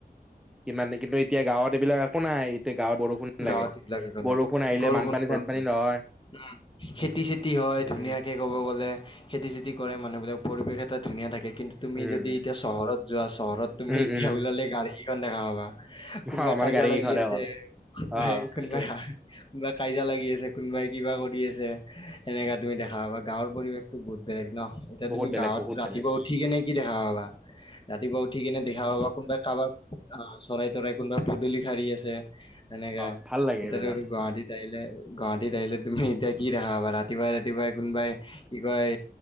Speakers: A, in the centre; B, on the left.
A: কিমান কিন্তু এতিয়া গাঁৱত এইবিলাক একো নাই। এতিয়া গাঁৱত বৰষুণ
B: গাঁৱত
A: লাগে
B: এইবিলাক একো
A: বৰষুণ
B: নাই
A: আহিলে
B: বৰষুণ
A: বানপানী
B: বৰষুণ।
A: চানপানী নহয়
B: উম খেতি চেতি হয়
A: উম
B: ধুনীয়াকে ক'ব গ'লে খেতি চেতি কৰে মানুহ বিলাকে পৰিৱেশ তাত ধুনীয়া থাকে। কিন্তু তুমি
A: উম
B: যদি এতিয়া চহৰত যোৱা চহৰত তুমি
A: উম
B: এতিয়া
A: উম
B: ওলালে গাড়ীকেখন দেখা পাবা। কোনোবাই
A: অ' মানে
B: কাজিয়া
A: গাড়ী
B: লাগি
A: কেইখনতে
B: আছে
A: অ'
B: কোনোবাই
A: অ'
B: কোনোবাই
A: সেইটোৱে
B: হাহি কোনোবা কাজিয়া লাগি আছে কোনোবাই কিবা কৰি আছে সেনেকা তুমি দেখা পাবা গাঁৱৰ পৰিৱেশতো বহুত বেলেগ নহ। এতিয়া
A: বহুত
B: তুমি
A: বেলেগ
B: গাঁৱত
A: বহুত
B: ৰাতিপুৱা
A: বেলেগ
B: উঠি কিনে কি দেখা পাবা। ৰাতিপুৱা উঠি কিনে দেখা পাবা কোনোবাই কাবাৰ আ চৰাই তৰাই কোনোবা পদূলি শাৰী আছে সেনেকা
A: অ' ভাল লাগে
B: এতিয়াটো
A: এইবিলাক
B: আৰু গুৱাহাটীত আহিলে গুৱাহাটীত আহিলে তুমি এতিয়া কি দেখা পাবা ৰাতিপুৱাই ৰাতিপুৱাই কোনোবাই কি কয়